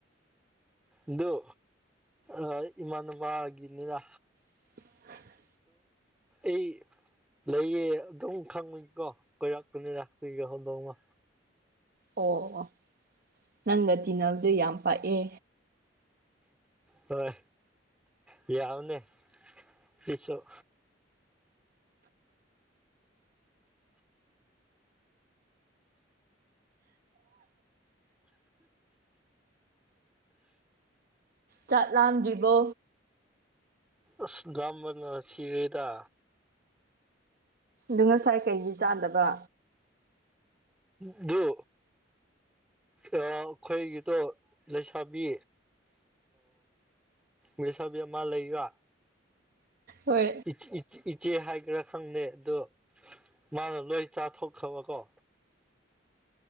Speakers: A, in the centre; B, on the right (about 50°).
A: ꯑꯗꯨ ꯑ ꯏꯃꯥꯟꯅꯕꯒꯤꯅꯤꯗ
B: <inaudible>
A: ꯑꯩ ꯂꯩꯌꯦ ꯑꯗꯨꯝ ꯈꯪꯕꯅꯤꯀꯣ ꯀꯣꯏꯔꯄꯅꯤꯅꯥꯛ ꯀꯒꯦ ꯍꯧꯗꯧꯅ
B: ꯑꯣ ꯑꯣ ꯅꯪꯒ ꯇꯤꯟꯅꯜꯗꯨ ꯌꯥꯝ ꯄꯥꯛꯑꯦ
A: ꯍꯣꯏ ꯌꯥ ꯌꯥꯎꯅꯦ ꯄꯁꯨꯣ
B: ꯆꯠꯂꯝꯥꯝꯗ꯭ꯔꯤꯕꯣ
A: ꯑꯁ ꯝꯕꯅ ꯊꯤꯔꯦꯗ
B: ꯑ ꯉꯁꯥꯏ ꯀꯩꯒꯤ ꯆꯥꯗꯕ
A: ꯑꯗꯨ ꯑꯩꯈꯣꯏꯒꯤꯗꯣ ꯂꯩꯁꯥꯕꯤ ꯃꯁꯥꯕꯤ ꯑꯃ ꯂꯩꯒ
B: ꯍꯣꯏ
A: ꯏ ꯏ ꯏꯆꯦ ꯍꯥꯏꯒ꯭ꯔ ꯈꯪꯗꯦ ꯑꯗꯣ ꯃꯥꯅ ꯂꯣꯏ ꯆꯥꯊꯣꯛꯈ꯭ꯔꯕꯀꯣ